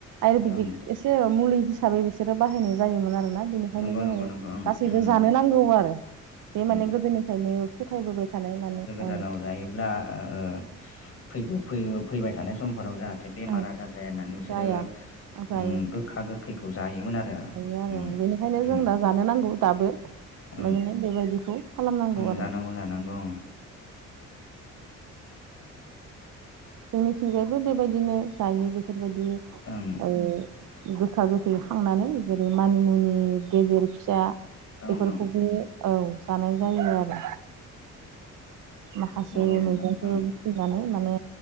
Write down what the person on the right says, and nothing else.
आयुरबिदिक
एसे मु मुलि हिसाबै बिसोरो बाहायनाय जायोमोन आरोना बिनिखायनो
जोङो
गासैबो
जानो नांगौ आरो। बे
माने गोदोनिफ्रायनो फोथायबोबाय थानाय माने ओ
ओं
जाया जायो
जायो आरो
ओं। बिनिखायनो
जों दा जानो नांगौ दाबो नो
मखने बेबायदिखौ खालामनांगौ
आरो।
जोंनिथिंजायबो बेबायदिनो जायो बेफोर बेबायदि
ओ गोखा गोखै खांनानै जेरै मानिमुनि गेजेर फिसा
बेफोरखौबो
औ जानाय जायो आरो। माखासे
मैगंफोर
बुथुमनानै माने